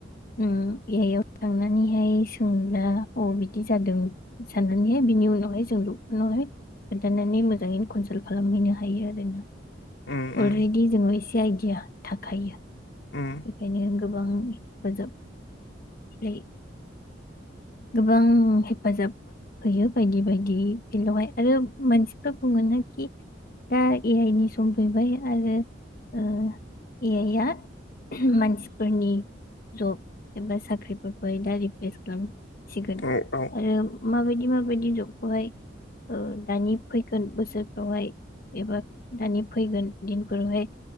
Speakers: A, on the left (about 50°); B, on the left (about 85°).
A: उम ए आइ आव थांनानैहाय सोंला अ बिदि जादों साननानैहाय बिनि उनावहाय जों दक्टरनावहाय खोन्थानानै मोजाङै कनसाल्ट खालामहैनो हायो आरोना?
B: उम उम
A: अलरेडि जोङो इसे आइदिया थाखायो।
B: उम
A: बेखायनो गोबां हेफाजाब यै गोबां हेफाजाब होयो बायदि बायदि फिल्डआवहाय आरो मानसिफ्रा बुङोनाखि दा ए आइ नि सम फैबाय आरो ओ ए आइ आ मानसिफोरनि जब एबा साख्रिफोरखौहाय दा रिफ्रेस खालाम सिगोन
B: औ औ
A: आरो माबायदि बि माबायदि जबखौहाय ओ दानि फैगोन बोसोरफ्रावहाय एबा दानि फैगोन दिनफोरावहाय